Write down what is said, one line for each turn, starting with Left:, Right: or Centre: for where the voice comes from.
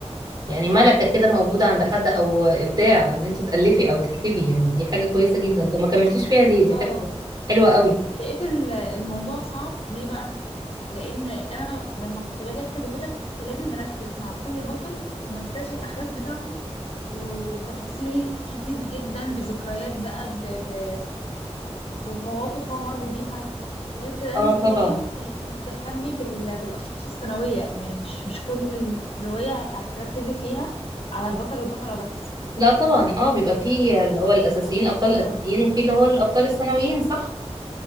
Right: يعني ملكة كده موجودة عند حد او ابداع ان انت تألفي او تكتبي يعني دي حاجة كويسة جدا طب ما كملتيش فيها ليه دي
Left: اه
Right: حاجة حلوة قوي
Left: لقيت ال- الموضوع صعب ليه بقى لان انا لما كنت باجي اكتب وكده كنت لازم اركز مع كل بطل وما انساش الاحداث بتاعته وتفاصيل كتير جدا بذكريات بقى ب... ب... بمواقف هو مر بيها غير كده لازم
Right: اه طبعا
Left: انت برضو تهت- تهتمي بال... بالاشخاص الثانويه يعني مش مش كل الروايه هتركزي فيها على البطل والبطله بس
Right: لا طبعا اه بيبقى فيه اللي هو الاساسيين الابطال
Left: اه
Right: الاساسيين وفي اللي هو الابطال الثانويين صح